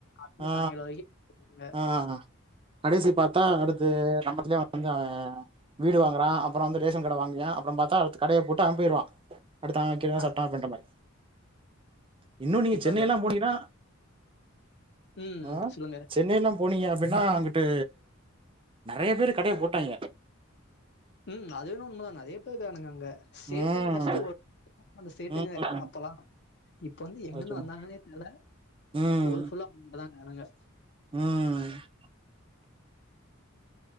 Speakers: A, on the left (about 55°); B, on the right (about 25°).
A: வந்து
B: ஆ
A: சாயங்காலம் வரைக்கும் இருப்பாங்க.
B: ஆ கடைசி பாத்தா அடுத்து நம்ம எடத்துலயே வந்து அவே வீடு வாங்குறா அப்பறோ வந்து ரேசன் கார்டு வாங்குவியா அப்பறோ பாத்தா அடுத்த கடைய போட்டு அவே போயிருவா அடுத்து அவன்வேக்குறதா
A: அத்
B: சட்டோ அப்டின்ற மாரி இன்னு நீங்க
A: இப்ப
B: சென்னையல்லா
A: க
B: போனீங்கன்னா
A: ம்.
B: ஆ
A: சொல்லுங்க.
B: சென்னையல்லாம் போனீங்க அப்படின்னா அங்கட்டு நறைய பேரு கடைய போட்டாங்க
A: ம் அதுவேன்னவோ உண்மதா நறைய பேருக்கானுங்க அங்க சேட்டுங்க
B: ம்
A: ஃபர்ஸ்ட்டு ஒட் அந்த சேட்டுங்க
B: ம்
A: அப்பல்லா இப்ப வந்து எங்க
B: அத
A: இருந்து
B: சொல்லுங்க
A: வந்தாங்கன்னே தெரியல
B: ம்
A: ஊருபுல்லா அவனுங்க தா இருக்காணுங்க
B: ம்